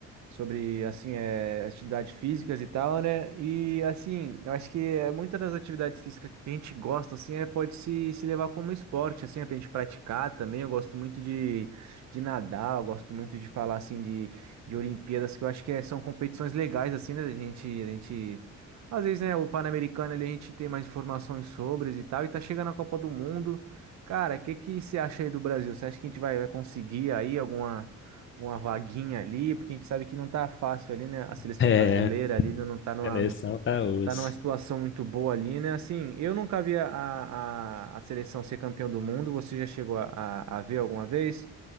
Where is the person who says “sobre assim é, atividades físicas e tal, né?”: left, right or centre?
Right